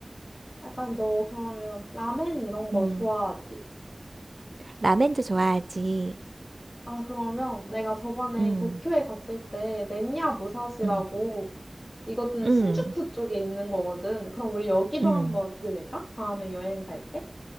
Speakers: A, on the left; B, on the right.
A: 약간 너 그러면 라멘 이런 거
B: 음.
A: 좋아하지?
B: 라멘도 좋아하지.
A: 아, 그러면 내가 저번에
B: 음.
A: 도쿄에 갔을 때 맨야 무사시라고
B: 음.
A: 이것은
B: 음.
A: 신주쿠 쪽에 있는 거거든. 그럼 우리 여기도
B: 음.
A: 한번 들릴까? 다음에 여행 갈 때?